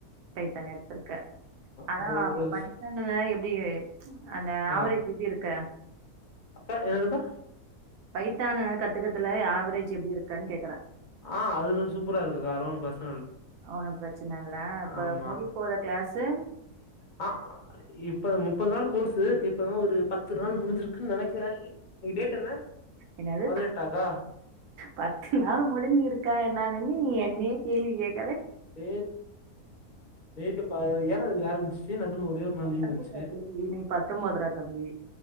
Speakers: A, on the right; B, on the left.
A: பைத்தான் எடுத்திருக்க ஆனா
B: இப்போ
A: அப்ப
B: ப்ளஸ்
A: பைத்தான்ல எப்பிடி அந்த
B: ஆ
A: ஆவரேஜ் எப்பிடி இருக் க்க
B: அக்கா என்னதுக்கா
A: பைத்தான கத்துக்கத்துல ஆவரேஜ் எப்பிடி இருக்கன்னு கேக்குறே
B: ஆ அதுதும் சூப்பரா இருக்கு கா அது ஒன்னு பிர
A: அவனு பிரச்சன இல்ல இப்ப
B: ஆமா
A: முடி போர கிளாஸ்சு
B: ஆ இப்ப முப்பது நாள் கோர்ஸ் இப்பதா ஒரு பத்து நாள் முடிஞ்சிருக்குன்னு நெனைக்கிறே டேட் என்ன
A: என்னது
B: பதினெட்டாக்கா
A: பத்து நாள் முடிஞ்சிருக்கா நா இனி நீ கேள்வி கேக்
B: டே டேட் பாரா ஏழாந்தேதி ஆரம்பிச்சச்சி நடுல ஒரே ஒரு நாள்
A: பத்தொம்போதா
B: லீவ் வந்துச்சி
A: தேதி இன்னைக்கு பத்தொம்போதுரா தம்பி